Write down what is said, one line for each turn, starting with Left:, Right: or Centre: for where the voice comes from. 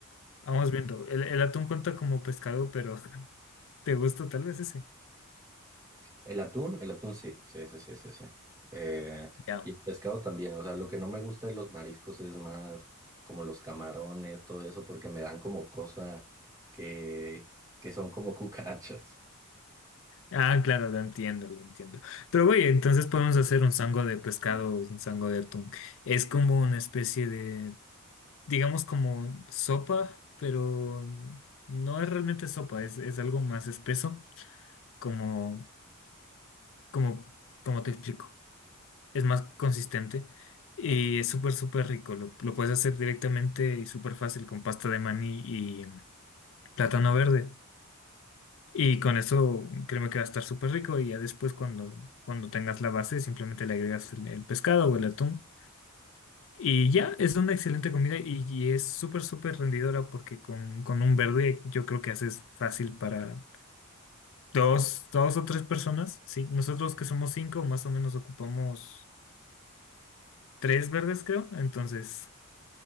Left: vamos viendo. El, el atún cuenta como pescado, pero <laughs> ¿te gusta tal vez ese?
Right: El atún, el atún sí, sí, sí, sí, sí, sí. Eh,
Left: Ya.
Right: y el pescado también, o sea, lo que no me gusta de los mariscos es más como los camarones, todo eso, porque me dan como cosa que, que son como <laughs> cucarachas.
Left: Ah, claro, lo entiendo, lo entiendo. Pero güey, entonces podemos hacer un sango de pescado, un sango de atún. Es como una especie de, digamos como sopa, pero no es realmente sopa, es, es algo más espeso, como, como, como te explico. Es más consistente y
Right: Ok,
Left: es súper, súper rico. Lo, lo puedes hacer directamente y súper fácil con pasta de maní y plátano verde. Y con eso créeme que va a estar súper rico y ya después cuando, cuando tengas la base simplemente le agregas el, el pescado o el atún. Y ya, es una excelente comida y, y es súper, súper rendidora porque con, con un verde yo creo que haces fácil para dos, dos o tres personas. Sí, nosotros que somos cinco más o menos ocupamos tres verdes creo, entonces